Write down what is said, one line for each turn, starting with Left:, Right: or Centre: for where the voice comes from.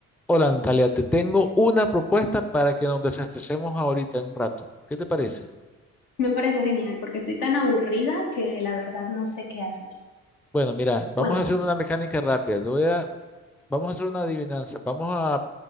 Centre: Hola Natalia, te tengo una propuesta para que nos desestresemos ahorita en un rato. ¿Qué te parece?
Left: Me parece genial porque estoy tan aburrida que la verdad no sé qué hacer.
Centre: Bueno, mira, vamos
Left: Cuéntame.
Centre: a hacer una mecánica rápida. Te voy a- vamos a hacer una adivinanza. Vamos a,